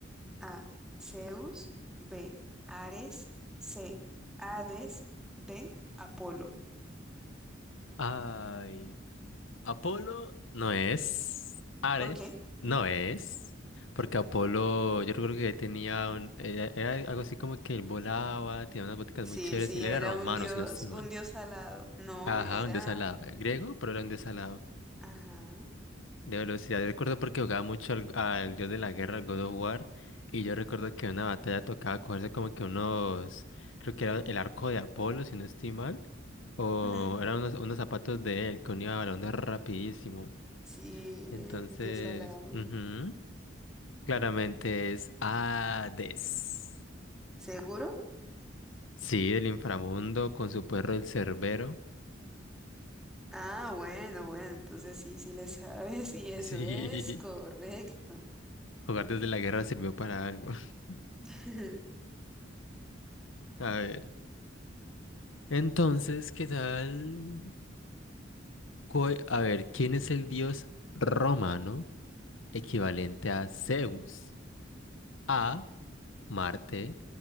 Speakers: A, in the centre; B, on the left.
A: A. Zeus. B. Ares. C. Hades. D. Apolo.
B: Ay, Apolo no es, Ares
A: ¿Por qué?
B: no es, porque Apolo yo creo que tenía un, era, era algo así como que él volaba, tenía unas boticas
A: Sí,
B: muy chéveres,
A: sí,
B: y él
A: era
B: era romano,
A: un dios,
B: si no estoy
A: un
B: mal.
A: dios alado. No,
B: Ajá,
A: era...
B: un dios alado, griego, pero era un dios alado.
A: Ajá.
B: De velocidad, yo recuerdo porque jugaba mucho al, al dios de la guerra, al God of War, y yo recuerdo que en una batalla tocaba cogerse como que unos, creo que era el arco de Apolo, si no estoy mal, o
A: <laughs>
B: eran unos, unos zapatos de él, que unía balondas rapidísimo.
A: Sí,
B: Entonces,
A: es el dios alado.
B: ujú, claramente es Hades.
A: ¿Seguro?
B: Sí, del inframundo con su perro el Cerbero.
A: Ah, bueno, bueno, entonces sí, sí le sabes <laughs> y eso
B: Sí,
A: es correcto.
B: <laughs> jugar desde la guerra sirvió para algo. <laughs>
A: <laughs>
B: A ver, entonces, ¿qué tal? Co- A ver, ¿quién es el dios romano equivalente a Zeus? A. Marte.